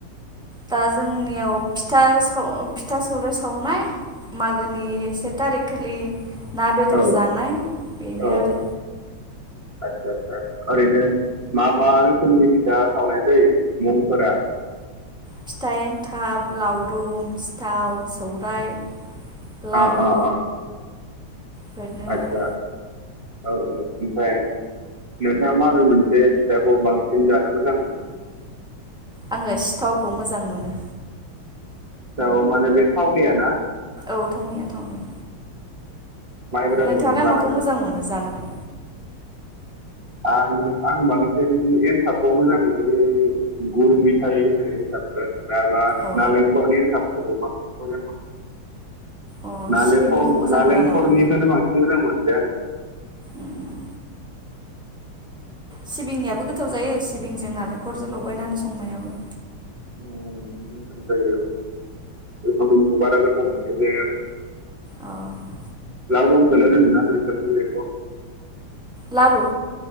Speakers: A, in the centre; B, on the right.
A: दा जोंनियाव फिथा स फिथा सौराय सावनाय मागोनि से थारिख खालि। ना बेदर
B: औ
A: जानाय बेनो
B: औ
A: आरो
B: आतसा सा ओरैनो मा मा रोखोमनि फिथा सावनाय जायो? मुंफोरा
A: फिथाइ एन्थाब लाव दुम सिथाव सौराय। लारु।
B: अ अ
A: बेफोरनो
B: आदसा
A: आरो।
B: औ औ ओमफ्राय नोंथाङा माबोरै मोनसे फिथाखौ बांसिन जानो मोजां मोनो?
A: आङो सिथावखौ मोजां मोनो।
B: औ माने बे थावनिया ना
A: औ थावनिया थावनिया।
B: माइब्राजोंनो
A: नोंथाङालाय
B: बानायो
A: माखौ मोजां मोनो जानानै?
B: आङो आं बांसिन एन्थाबखौ मोजां मोनो गुरु मेथाइ होनाय एनथाबखौ। माबा
A: अ
B: नालेंखरनि एथाबखौ बांसिन मोजां मोनो।
A: अ
B: नालेखर
A: सिबिंनिखौ मोजां
B: नालेंखलनिखौनो
A: मोना नामा
B: बांसिन मोजां मोनदे आङो।
A: उम सिबिंनियाबो गोथाव जायो सिबिंजों नालेंखरजों लगायनानै संनायाबो।
B: ओम बेबो गोदान थारो औ। मोदोमखौ बारा गोथाव मोननाय जाया आरो
A: अ
B: लावदु <unintelligible>
A: लारु?